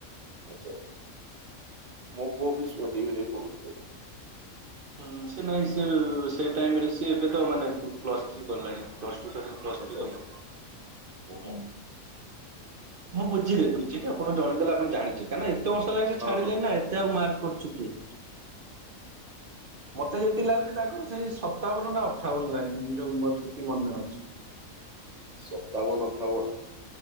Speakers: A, on the right (about 30°); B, on the right (about 50°).
A: ଆଛା ମୋ ପୁଅ ବି ଡି ଏ ଭି ରେ ପଢ଼ୁଥିଲେ।
B: ହଁ ସେ ନାଇଁ ସେ ସେ ଟାଇମରେ ସେ ଏବେ ତ ମାନେ ପ୍ଲସ୍ ଥ୍ରୀ କଲେଣି ପ୍ଲସ୍ ପ୍ଲସ୍ ଟୁ ସାରିକି ପ୍ଲସ୍
A: ଆଚ୍ଛା
B: ଥ୍ରି କଲେ
A: ଆଚ୍ଛା ଓହୋ
B: ହୁଁ। ମୁଁ ବୁଝିଲି ବୁଝିକି ଆପଣଙ୍କୁ ଜଣେଇ ଦେଲେ ଆପଣ ଜାଣିଛି କାରଣ ଏତେ ଏତେ ବର୍ଷ ହେଲା ସେ
A: ହଁ
B: ଛାଡିଲେ
A: ହଁ।
B: ନା ଏତେ ଆଉ ମାର୍କ କରୁଛୁ କିଏ? ମତେ ଯେତିି ଲାଗୁଛି ତାଙ୍କର ସେଇ ସତାବନ ନା ଅଠାବନ ଲାଗନି ନି ମର ଯେତିକି ମନେ ଅଛି।
A: ସତାବନ ଅଠାବନ।